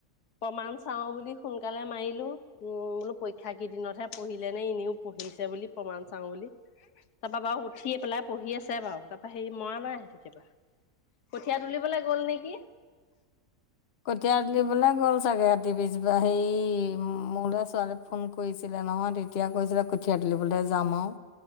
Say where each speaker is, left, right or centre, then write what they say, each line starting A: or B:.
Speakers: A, on the left; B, on the left.
A: প্ৰমাণ চাও বুলি সোনকালে মাৰিলো উম বোলো পৰীক্ষা কেইদিনতহে পঢ়িলে নে এনেও পঢ় পঢ়িছে বুলি প্ৰমাণ চাওঁ বুলি। তাৰপা বাৰু উঠিয়ে পেলাই পঢ়ি আছে বাৰু তাৰ পৰা হেৰি মৰা নাই কেতিয়াবা কঠীয়া তুলিবলৈ গ'ল নেকি?
B: কঠিয়া তুলিবলে গ'ল চাগে ৰাতি পিছবাৰ সেই মোৰলে ছোৱালী ফোন কৰিছিলে নহয় তেতিয়া কৈছিলে কঠীয়া তুলিবলে যাম আও